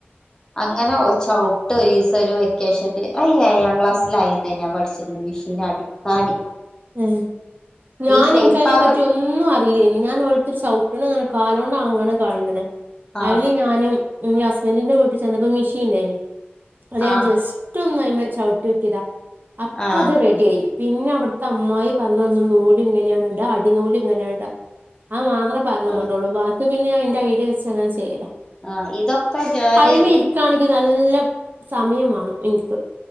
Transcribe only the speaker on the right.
ഉം ഞാന്
ഇൻക്ക ഐനെപ്പറ്റി ഒ ന്നും അറീലേന് ഞാൻ ഓരോര്ത്തര് ചൗട്ട്ണ് ഇങ്ങനെ കാലോണ്ട് ആങ്ങ്ണെ കാണ്ട്ണ്
ഐല് ഞാനും ഇന്റെ ഹസ്ബന്റിന്റെ വീട്ടിൽ ചെന്നപ്പൊ മ്ഷീൻ ഇണ്ടായ്ന് അത് ഞാൻ
ജെസ് റ്റ് ഒന്ന് ഐമെ ചൗട്ട്യോക്കേതാ അപ്പ
അത് റെഡിയായി പിന്നെ അവ്ട് ത്തെ അമ്മായി പർണന്നു നൂല് ഇങ്ങനെയാണ് ഇടാ അടി നൂല് ഇങ്ങനെയാട അത് മാത്രം പർണന്ന്ണ്ടൊള്ളൂ
ബാക്കി പിന്നെ ഞാൻ ഇന്റെ ഐഡിയ വെച്ച് അങ്ങനെ ചെയ്യലാ
ഐമെ ഇരിക്കാണെങ്കി നല്ലപ് സമയം വാണം ഇൻക്ക്